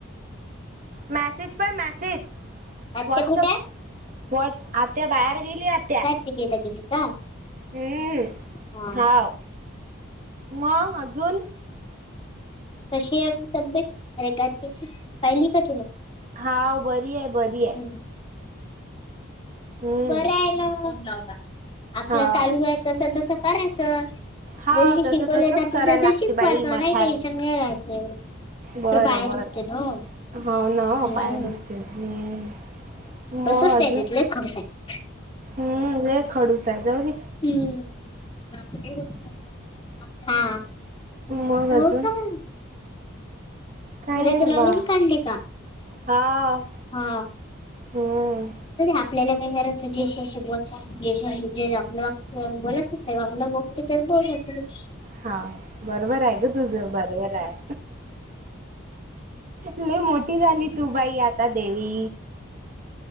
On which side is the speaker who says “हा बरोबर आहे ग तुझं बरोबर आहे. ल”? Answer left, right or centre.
Right